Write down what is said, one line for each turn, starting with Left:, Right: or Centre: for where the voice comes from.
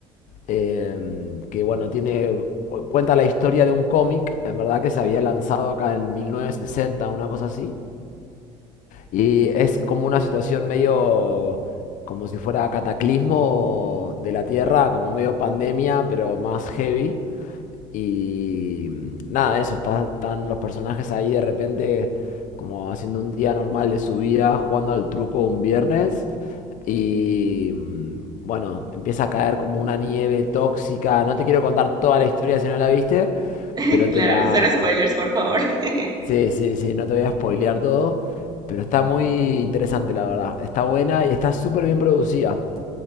Left: eh, que bueno, tiene, cuenta la historia de un cómic, en verdad que se había lanzado acá en 1960, una cosa así. Y es como una situación medio como si fuera cataclismo de la Tierra, como medio pandemia, pero más heavy. Y nada, eso, está- están los personajes ahí de repente como haciendo un día normal de su vida, jugando al truco un viernes. Y mm, bueno, empieza a caer como una nieve tóxica. No te quiero contar toda la historia si no la viste,
Right: <laughs>
Left: pero
Right: Claro,
Left: te la...
Right: cero spoilers, por favor. <laughs>
Left: Sí, sí, sí, no te voy a spoilear todo, pero está muy interesante, la verdad. Está buena y está súper bien producida